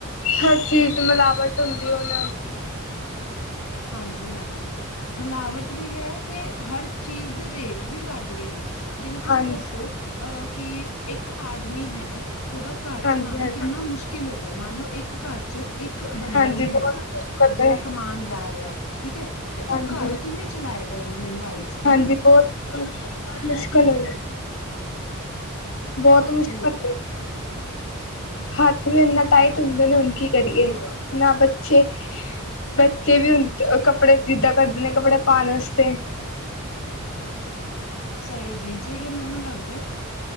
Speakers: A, on the left; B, on the left.
A: ਹਰ ਚੀਜ਼ ਵੀਚ, ਮਿਲਾਵਟ ਹੁੰਦੀ ਹੁਣ
B: ਹਾਂਜੀ-ਹਾਂਜੀ, ਮਿਲਾਵਟ ਵੀ ਹੈ। ਤੇ ਹਰ ਚੀਜ਼ ਦੇ, ਰੇਟ ਵੀ ਵੱਧ ਗਏ, ਨੇ ਜਿਵੇਂ ਤੁਸੀਂ
A: ਹਾਂਜੀ
B: ਦੱਸੋ? ਅਹ ਕਿ ਇੱਕ ਆਦਮੀ ਹੈ, ਉਹਦਾ ਘਰ
A: ਹਾਂਜੀ
B: ਚਲਾਉਣਾ
A: ਹਾਂਜੀ
B: ਕਿੰਨਾ ਮੁਸ਼ਕਿਲ ਮੁਕਿਲ ਹੋ ਗਿਆ, ਮੰਨ ਲਓ ਇੱਕ ਘਰ ਚ, ਇੱਕ ਬੰਦਾ
A: ਹਾਂਜੀ
B: ਹੀ ਹੈਗਾ,
A: ਬਹੁਤ ਮੁਸ਼ਕਲ
B: ਜਿਹੜਾ
A: ਏ
B: ਕਮਾਉਣ ਜਾ ਰਿਹਾ। ਰਿ ਠੀਕ ਹੈ, ਤੇ ਉਹ
A: ਹਾਂਜੀ
B: ਘਰ ਕਿਵੇਂ ਚਲਾਏਗਾ, ਇੰਨੀ ਮਹਿੰਗਾਈ ਚ
A: ਹਾਂਜੀ
B: ਹੈ।
A: ਬਹੁਤ ਮੁਸ਼ਕਿਲ ਹੋਜੇ। ਬਹੁਤ ਮੁਸ਼ਕਿਲ
B: ਹੋ ਗਿਆ ਹੈ।
A: ਏ। ਹੱਥ ਵੀ ਇਨਾ, ਟਾਈਟ ਹੁੰਦੇ ਨੇ। ਹੁਣ ਕੀ ਕਰੀਏ ਨਾ ਪੁੱਛੇ। ਬੱਚੇ ਵੀ ਹੁਣ, ਕੱਪੜੇ ਜਿੱਦਾਂ ਕਰਦੇ ਨੇ, ਕੱਪੜੇ ਪਾਣ ਵਾਸਤੇ।
B: ਸਹੀ ਜੀ। ਜਿਹੜੇ ਮੈਨੂੰ ਲੱਗਦੇ ਹੈ,